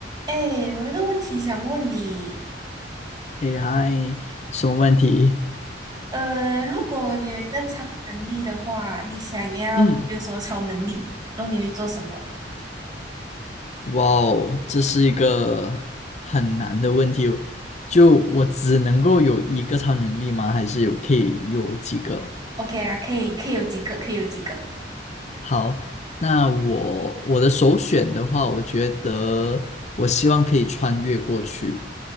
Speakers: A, on the right; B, on the left.
A: 哎，我有一个问题想问你，
B: 哎嗨，什么问题？
A: 呃，如果你有一个超能力的话，你想要有什么超能力？
B: 嗯，
A: 然后你会做什么
B: 哇哦，这是一个很难的问题。就我只能够有一个超能力吗？还是有可以有几个？
A: ？OK 啦，可以，可以有几个，可以有几个。
B: 好，那我我的首选的话，我觉得我希望可以穿越过去。